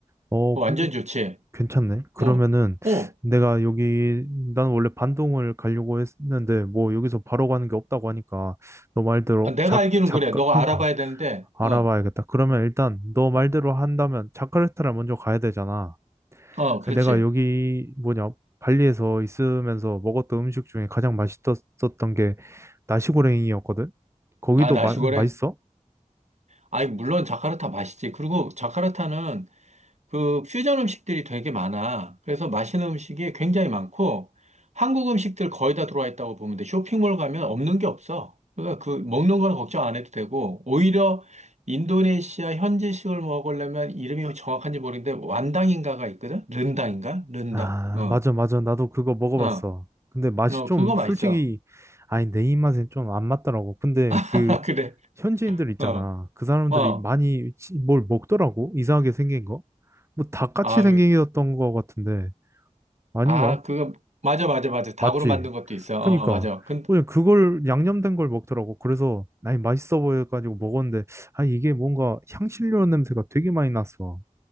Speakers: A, on the right (about 20°); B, on the right (about 60°).
A: 어,
B: 어, 완전
A: 근데
B: 좋지.
A: 괜찮네. 그러면은
B: 어, 어,
A: 내가 여기, 난 원래 반동을 가려고 했는데, 뭐 여기서 바로 가는 게 없다고 하니까, 너 말대로
B: 아, 내가
A: 작,
B: 알기는
A: 작,
B: 그래. 너가
A: 그러니까
B: 알아봐야 되는데,
A: 알아봐야겠다.
B: 어,
A: 그러면 일단 너 말대로 한다면 자카르타를 먼저 가야 되잖아.
B: 어, 그렇지.
A: 아니, 내가 여기 뭐냐 발리에서 있으면서 먹었던 음식 중에 가장 맛있었던 게 나시고랭이었거든. 거기도
B: 아, 나시골에.
A: 마, 맛있어?
B: 아니, 물론 자카르타 맛있지. 그리고 자카르타는 그 퓨전 음식들이 되게 많아. 그래서 맛있는 음식이 굉장히 많고 한국 음식들 거의 다 들어와 있다고 보면 돼. 쇼핑몰 가면 없는 게 없어. 그러니까 그 먹는 거는 걱정 안 해도 되고 오히려 인도네시아 현지식을 먹으려면 이름이 정확한지 모르겠는데 완당인가가 있거든? 른당인가? 른당.
A: 아,
B: 어.
A: 맞아, 맞아. 나도 그거 먹어봤어.
B: 어.
A: 근데 맛이
B: 어,
A: 좀
B: 그거 맛있어.
A: 솔직히 아니 내 입맛에 좀 안 맞더라고. 근데
B: <laughs>
A: 그
B: 그래.
A: 현지인들 있잖아.
B: 어.
A: 그 사람들이
B: 어.
A: 많이 치- 뭘 먹더라고. 이상하게 생긴 거. 뭐 닭같이
B: 아,
A: 생겼던
B: 그-
A: 거 같은데 아닌가?
B: 아, 그거 맞아 맞아 맞아. 닭으로
A: 맞지?
B: 만든 것도 있어.
A: 그러니까
B: 어, 맞아. 근
A: 그냥 그걸 양념된 걸 먹더라고. 그래서 아니 맛있어 보여가지고 먹었는데 아 이게 뭔가 향신료 냄새가 되게 많이 났어.